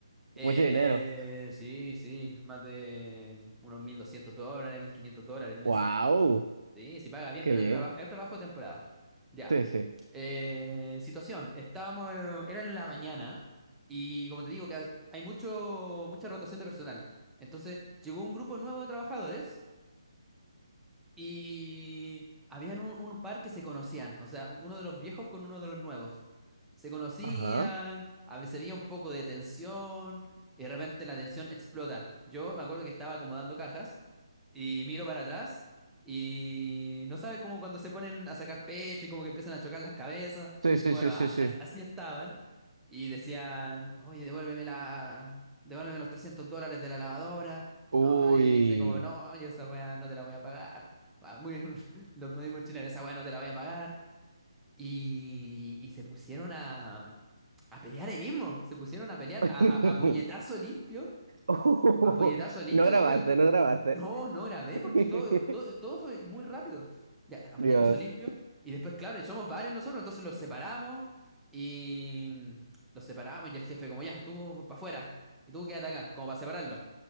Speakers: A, in the centre; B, on the right (about 80°).
A: Eh,
B: Mucho dinero.
A: sí, sí, más de unos 1.200 dólares, 1.500 dólares el mes.
B: Wow,
A: Sí, sí paga bien,
B: qué
A: pero
B: bien.
A: es trabajo, es trabajo de temporada. Ya.
B: Sí, sí.
A: Eh, situación, estábamos, eh, era en la mañana y como te digo, que hay mucho, mucha rotación de personal. Entonces llegó un grupo nuevo de trabajadores y habían un, un par que se conocían, o sea, un- uno de los viejos con uno de los nuevos. Se conocían,
B: Ajá.
A: a veces había un poco de tensión, y de repente la tensión explota. Yo me acuerdo que estaba acomodando cajas y miro para atrás y no sabes cómo cuando se ponen a sacar pecho y como que empiezan a chocar las cabezas.
B: Sí, sí,
A: Bueno,
B: sí, sí,
A: as-
B: sí.
A: as- así estaban y decían, oye, devuélveme la, devuélveme los 300 dólares de la lavadora.
B: Uy.
A: No, y dice como, no, yo esa weá no te la voy a pagar. Ah, Muy, <laughs> los mismos chilenos, esa weá no te la voy a pagar. Y, y se pusieron a, a pelear ahí mismo, se pusieron a pelear
B: <laughs>
A: a, a a puñetazo limpio.
B: Uh,
A: A puñetazo limpio.
B: No grabaste,
A: Después,
B: no grabaste.
A: no, no grabé
B: <laughs>
A: porque todo, todo, todo fue muy rápido. Ya, a
B: Dios.
A: puñetazo limpio. Y después, claro, y somos varios nosotros, entonces los separamos y mm, los separamos y el jefe como, ya, tú para afuera y tú quédate acá, como para separarlo.